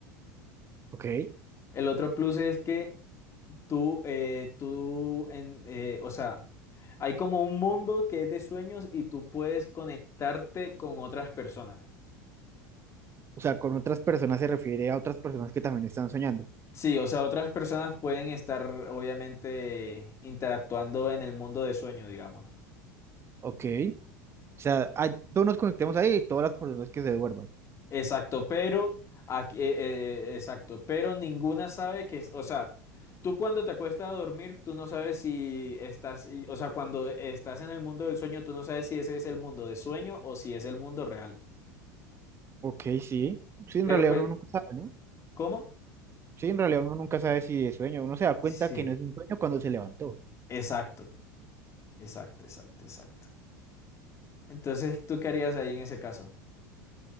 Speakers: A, on the right; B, on the left.
A: ok,
B: El otro plus es que tú, eh, tú, en, eh, o sea, hay como un mundo que es de sueños y tú puedes conectarte con otras personas.
A: o sea, con otras personas se refiere a otras personas que también están soñando.
B: Sí, o sea, otras personas pueden estar obviamente interactuando en el mundo de sueño, digamos.
A: Ok, o sea, hay- todos nos conectemos ahí y todas las personas que se duerman.
B: Exacto, pero aquí, eh, eh, exacto, pero ninguna sabe que, es- o sea, tú cuando te acuestas a dormir, tú no sabes si estás, y- o sea, cuando estás en el mundo del sueño, tú no sabes si ese es el mundo de sueño o si es el mundo real.
A: Ok, sí. Sí, en
B: Pero
A: realidad
B: pues,
A: uno nunca sabe, ¿no?
B: ¿cómo?
A: Sí, en realidad uno nunca sabe si es sueño. Uno se da cuenta
B: Sí,
A: que no es un sueño cuando se levantó.
B: exacto, exacto, exacto, exacto. Entonces, ¿tú qué harías ahí en ese caso?